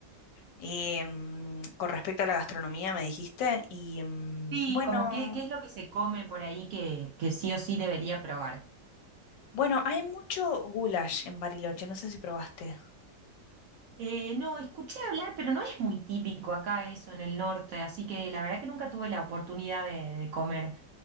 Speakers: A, on the left; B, on the right.
A: Y, mm, con respecto a la gastronomía, me dijiste. Y mm,
B: Sí,
A: bueno,
B: como qué, qué es lo que se come por ahí que, que sí o sí debería probar.
A: bueno, hay mucho goulash en Bariloche, no sé si probaste.
B: Eh, no, escuché hablar, pero no es muy típico acá eso en el norte, así que la verdad que nunca tuve la oportunidad de, de comer.